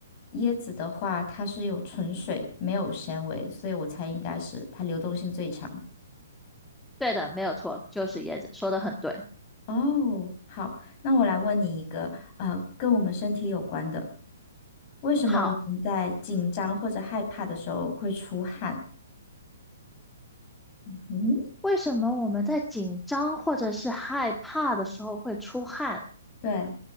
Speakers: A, on the left; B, in the centre.
A: 椰子的话，它是有纯水，没有纤维，所以我猜应该是它流动性最强。
B: 对的，没有错，就是椰子，说的很对。
A: 哦，好，那我来问你一个，呃，跟我们身体有关的，为什么我们在紧张或者害怕的时候会出汗？
B: 好，
A: 嗯，
B: 为什么我们在紧张或者是害怕的时候会出汗？
A: 对，